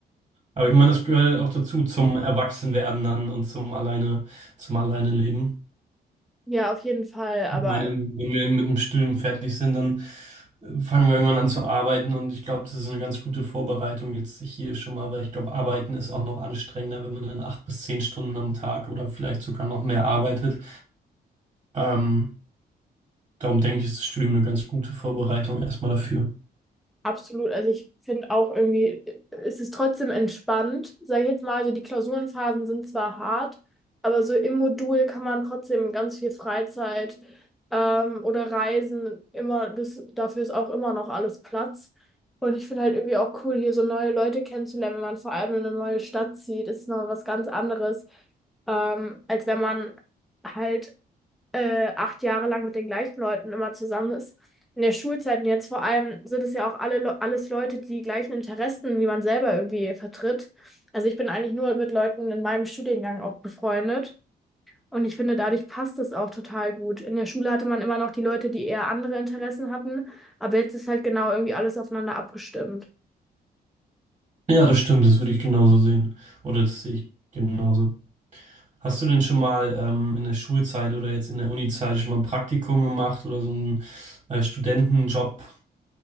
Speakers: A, on the right; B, in the centre.
A: Aber ich meine, das gehört halt auch dazu, zum Erwachsenwerden dann und zum alleine, zum alleine leben.
B: Ja, auf jeden Fall, aber
A: Ich meine, wenn wir mit dem Studium fertig sind, dann äh, fangen wir irgendwann an zu arbeiten und ich glaube, das ist eine ganz gute Vorbereitung jetzt hier schon mal, weil ich glaube, arbeiten ist auch noch anstrengender, wenn man dann acht bis zehn Stunden am Tag oder vielleicht sogar noch mehr arbeitet. Ähm, darum denke ich, ist das Studium eine ganz gute Vorbereitung erstmal dafür.
B: absolut. Also ich finde auch irgendwie, es ist trotzdem entspannt, sage ich jetzt mal. Also die Klausurenphasen sind zwar hart, aber so im Modul kann man trotzdem ganz viel Freizeit ähm, oder Reisen immer, das, dafür ist auch immer noch alles Platz. Und ich finde halt irgendwie auch cool, hier so neue Leute kennenzulernen, wenn man vor allem in eine neue Stadt zieht, ist noch was ganz anderes, ähm, als wenn man halt äh, acht Jahre lang mit den gleichen Leuten immer zusammen ist. In der Schulzeit und jetzt vor allem sind es ja auch alle, Le- alles Leute, die die gleichen Interessen wie man selber irgendwie vertritt. Also ich bin eigentlich nur mit Leuten in meinem Studiengang auch befreundet. Und ich finde, dadurch passt es auch total gut. In der Schule hatte man immer noch die Leute, die eher andere Interessen hatten, aber jetzt ist halt genau irgendwie alles aufeinander abgestimmt.
A: Ja, das stimmt, das würde ich genauso sehen. Oder das sehe ich genauso. Hast du denn schon mal ähm, in der Schulzeit oder jetzt in der Unizeit schon mal ein Praktikum gemacht oder so einen äh, Studentenjob